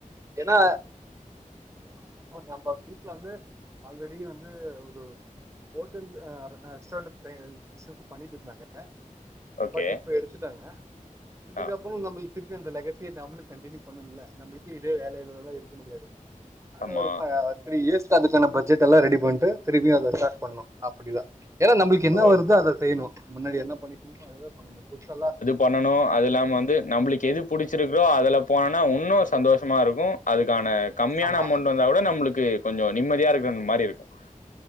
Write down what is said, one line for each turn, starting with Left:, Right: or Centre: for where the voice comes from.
Right: என்ன நம்ப வீட்லந்து ஆல்ரெடி வந்து ஒரு ஹோட்டல் ஆ ரெஸ்டாரண்ட் பிஸ்னஸ்ஸு பண்ணிட்டு இருந்தாங்க
Left: ஓகே.
Right: பட் இப்ப எடுத்துட்டாங்க இதுக்கப்புறம்
Left: ஆ
Right: நம்புள்க் திருப்பியும் அந்த லகஸ்த்திய நாமளும் கண்டினியூ பண்ணணும்ல நம்புள்க்கு இதே வேல எல்லா இருக்க முடியாது அது
Left: ஆமா.
Right: ஒரு பா த்ரீ இயர்ஸ்க்கு அதுக்கான பட்ஜெட் எல்லா ரெடி பண்ட்டு திரிப்பியு அத ஸ்டார்ட் பண்ணோ அப்படிதா ஏன்னா நம்புள்க் என்ன
Left: ஓகே.
Right: வருதோ அத செய்ணு முன்னாடி என்ன பண்ணிட்ருந்தமோ அதுதா பண்ணனு பெருசாலா
Left: பண்ணணு அதுல்லாமா வந்து நம்மளுக் எதுப் புடிச்சிருக்கோ அதுல போனனா இன்னு சந்தோஷமா இருக்கும் அதுக்கான கம்மியான
Right: ஆமா
Left: அமவ்ண்ட் வந் தா கூட நம்ளுக்கு கொஞ்சோ நிம்மதியா இருக்கனு மாரி இருக்கும்